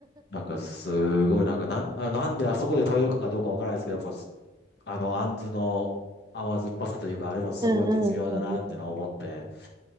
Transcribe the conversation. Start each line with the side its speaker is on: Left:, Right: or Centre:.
Left: なんかすごい、なんかなん、あ、なんであそこで食べるかどうかわからないですけど、やっぱあの、あんずの甘酸っぱさというか、あれもすごい絶妙だなっていうのを思って、
Right: うんうんうんうん。